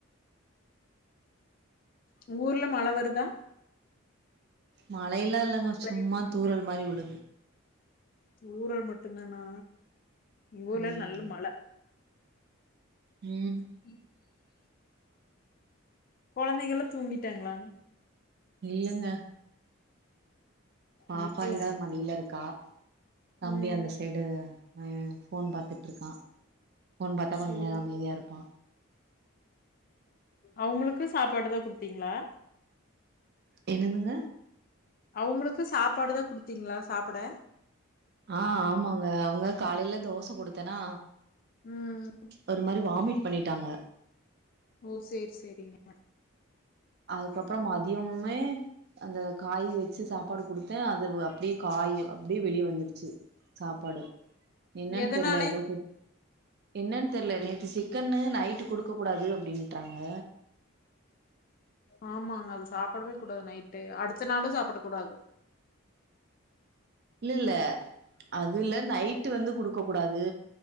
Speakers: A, on the left (about 40°); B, on the right (about 50°).
A: உங்க ஊர்ல மழ வருதா
B: மழையல்லா இல்லங்க
A: கிளைமேட்
B: சும்மா தூரல் மாரி விழுது
A: தூரல் மட்டுந்தானா எங்க ஊர்ல
B: ம்
A: நல்ல மழ
B: ம்
A: <inaudible> கொழந்தைகல்லா தூங்கிட்டாங்ளா
B: இல்லங்க பாப்பா
A: இல்லையா
B: இந்தா மடியில இருக்கா தம்பி
A: ம்
B: அந்த சைடு உம் ஃபோன் பாத்துட்ருக்கா ஃபோன் பாத்தா
A: சேரி
B: கொஞ்ச நேரோ
A: <inaudible>
B: அமைதியா இருப்பா
A: அவுங்களுக்கு சாப்பாடு தா குடுத்தீங்களா
B: என்னதுங்க
A: அவுங்களுக்கு சாப்பாடு தா குடுத்தீங்களா சாப்ட
B: ஆ ஆமாங்க அவங்க காலையில தோச குடுத்தேனா
A: ம்
B: ஒரு மாரி வாமிட் பண்ணிட்டாங்க
A: ஓ சேரி சேரிங்க
B: அதுக்கப்புறம் மதியமுமே அந்த காய் வச்சு சாப்பாடு குடுத்தேன் அது அப்டியே காய் அப்டியே வெளிய வந்துடுச்சு சாப்பாடு என்னன்னு
A: எதனாலை
B: தெரியல ஏதோ என்னன்னு தெரியல நேத்து சிக்கனு நைட்டு் குடுக்க கூடாது அப்டிடாங்க..
A: ஆமாங்க அது சாப்டவே கூடாது நைட்டு, அடுத்த நாளு சாப்ட கூடாது.
B: இல்ல இல்ல அது இல்ல நைட்டு் வந்து குடுக்க கூடாது.